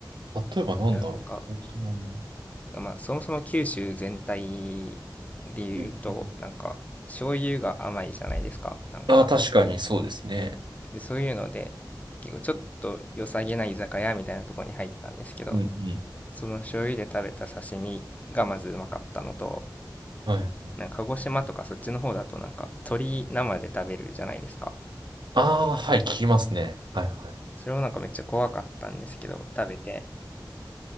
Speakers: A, on the right; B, on the left.
A: あ、例えばなんだろう。
B: なんか
A: 沖縄の。
B: まあ、そもそも九州全体で言うと、
A: うんうん
B: なんか、醤油が甘いじゃないですか、なんか。
A: ああ、確かにそうですね。
B: で、そういうので、結構ちょっと良さげな居酒屋みたいなところに入ったんですけど、
A: うんうん。
B: その醤油で食べた刺身がまずうまかったのと、
A: はい。はい
B: なんか鹿児島とかそっちの方だとなんか鶏生で食べるじゃないですか。
A: ああ、はい、聞きますね。はいはい。
B: それもなんかめっちゃ怖かったんですけど、食べて、